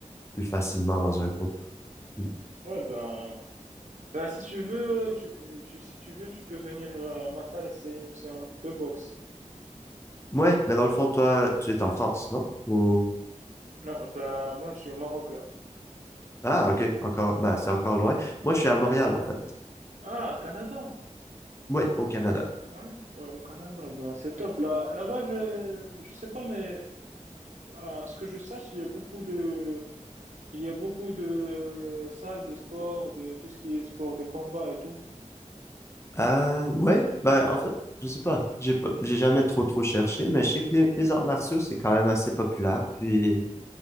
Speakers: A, on the left; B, on the right.
A: plus facilement dans un groupe. Mm.
B: Ouais, ben, ben si tu veux, tu, tu- si tu veux, tu peux venir euh, à ma salle essayer une séance de boxe.
A: Ouais, mais dans le fond, toi, tu es en France, non? Ou...
B: Non, ben, moi, je suis au Maroc, là.
A: Ah, ok, encore, bah, c'est encore loin. Moi, je suis à Montréal, en fait.
B: Ah, Canada.
A: Ouais, au Canada.
B: Ouais, ouais, au Canada, ben, c'est top. Là, là-bas, je, je sais pas, mais à ce que je sache, il y a beaucoup de, il y a beaucoup de salles de sport, de tout ce qui est sport de combat et tout.
A: Euh, ouais, ben en fait, je sais pas. J'ai pas, j'ai jamais trop trop cherché, mais je sais que les, les arts martiaux, c'est quand même assez populaire. Puis,